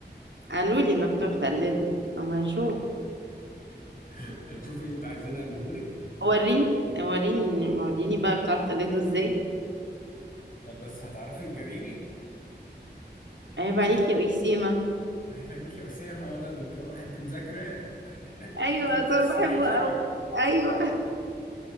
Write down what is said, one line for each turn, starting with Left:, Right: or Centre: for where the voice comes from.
Right: قالوا لي انك بتعرف تقلده اما نشوف
Left: <laughs> هتشوفي انت عايزين اقلده لك
Right: وريني وريني وريني بقى بتعرف تقلده ازاي
Left: طب بس هتعرفي تجاريني <laughs>
Right: عيب عليك يا وسيمه
Left: عيب عليك يا اسامه ولا ده انت واضح انت مذاكره <laughs> انت
Right: ايوه
Left: كنت
Right: اصلا
Left: بتسمعيه
Right: بحبه
Left: شكلك
Right: قوي ايوه